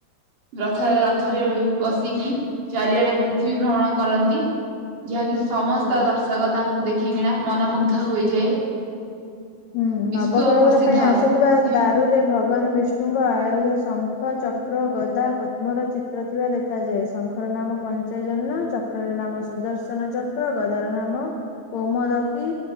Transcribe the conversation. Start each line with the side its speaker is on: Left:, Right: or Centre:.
Right: ରଥ ରଥରେ
Left: ହୁଁ
Right: ବସିକି ଚାରିଆଡେ ପୃଥିବୀ ଭ୍ରମଣ କରନ୍ତି। ଯାହାକି ସମସ୍ତ
Left: ଆଜ୍ଞା
Right: ଦର୍ଶକ ତାଙ୍କୁ ଦେଖିକିନା ମନମୁଗ୍ଧ ହୋଇଯାଏ।
Left: ହୁଁ
Right: ବିଶ୍ଵ
Left: ନବକଳବର
Right: ପ୍ରସିଦ୍ଧ
Left: ପାଇଁ ଆସୁଥିବା
Right: ପୃଥିବୀ
Left: ଦାରୁରେ ଭଗବାନ ବିଷ୍ଣୁଙ୍କ ଆୟୁଧ ଶଙ୍ଖ ଚ ଚକ୍ର ଗଦା ପଦ୍ମର ଚିତ୍ର ଥିବା ଦେଖ ଦେଖାଯାଏ ଶଙ୍ଖର ନାମ ପଞ୍ଚଜନ ଚକ୍ର ର ନାମ ସୁଦର୍ଶନ ଚକ୍ର ଗଦାର ନାମ କୋମୋଦକୀ